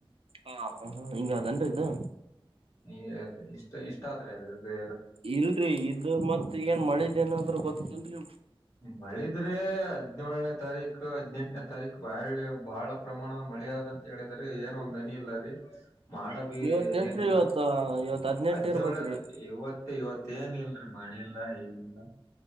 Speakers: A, on the right; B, on the left.
A: ಹಾ ಹ ಹ ಹಿಂಗ ಅದಾನ್ರಿ ಇದು
B: ಇ ಇಷ್ಟ ಇಷ್ಟ ಆದ್ರೆೇ ದೇ
A: ಇಲ್ರರಿ ಇದ ಮತ್ ಏನ್ ಮಳಿದ ಏನಾದ್ರೂ ಗೊತ್ತನ್ರಿ
B: ಮಳೆ ಆದ್ರೆ ಹದಿನೋಳನೇ ತಾರೀಕು ಹದ್ನೆೆಂಟನೇ ತಾರೀಕ್ ಬಾಳ ಬಹಳ ಪ್ರಮಾಣದ ಮಳೆ ಆದಾದಂತ ಹೇಳಿದ್ರೆ ಏನ ಒಂದ್ ಹನಿ ಇಲ್ಲ ರೀ ಮಾಡ ದ್
A: ಇವತ್ ಎಷ್ಟ್ರೀ
B: ಏನಿಲ್ಲ
A: ಇವತ್ ಇವತ್ ಹದ್ನೆಂಟ
B: ಹದ್ನೇಳೆ
A: ಇರ್ಬೇಕ್ರಿ
B: ಆದ್ರೆ ಇವತ್ತ ಇವತ್ತು ತ್ತೇನ್ ಇಲ್ರಿ ಮಳೆಲ್ಲ ಏನಿಲ್ಲ